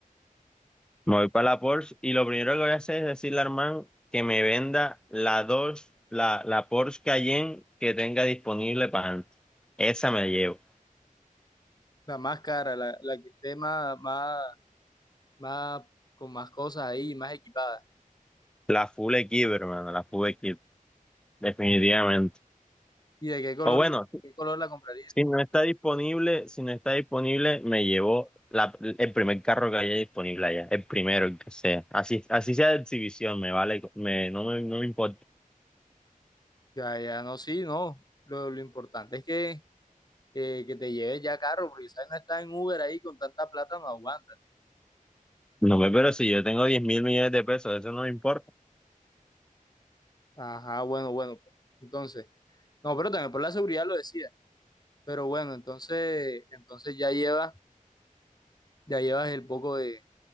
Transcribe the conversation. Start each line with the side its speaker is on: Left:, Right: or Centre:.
Centre: me voy para la Porsche y lo primero que voy a hacer es decirle a Armand que me venda la dos, la, la Porsche Cayenne que tenga disponible para antes. Esa me la llevo.
Left: La más cara, la, la que esté más, más, más, con más cosas ahí, más equipada.
Centre: La Full Equip, hermano, la Full Equip, definitivamente.
Left: ¿Y de qué color,
Centre: O bueno,
Left: qué color la comprarías?
Centre: si no está disponible, si no está disponible, me llevo la, el primer carro que haya disponible allá, el primero, el que sea. Así, así sea de exhibición, me vale, me, no me, no me importa.
Left: Ya, ya, no, sí, no. Lo, lo importante es que, eh, que te lleves ya carro, porque sabes, no estar en Uber ahí con tanta plata, no aguanta.
Centre: No me, pero si yo tengo diez mil millones de pesos, eso no me importa.
Left: Ajá, bueno, bueno, pues. Entonces, no, pero también por la seguridad lo decía. Pero bueno, entonces, entonces ya llevas, ya llevas el poco de,